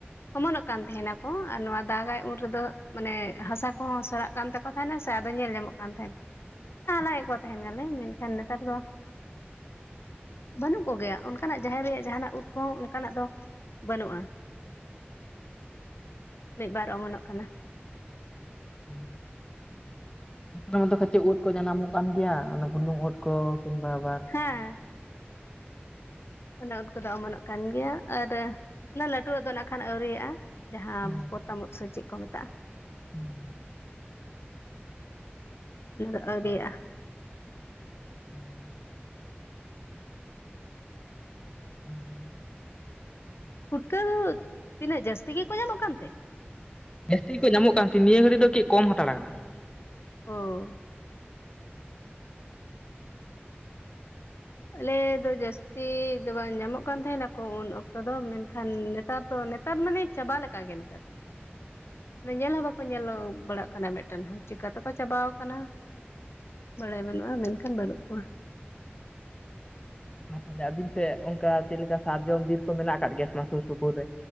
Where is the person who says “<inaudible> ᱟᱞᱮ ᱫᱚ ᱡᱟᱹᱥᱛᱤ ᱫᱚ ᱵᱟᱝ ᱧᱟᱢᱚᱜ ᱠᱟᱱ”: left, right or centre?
Left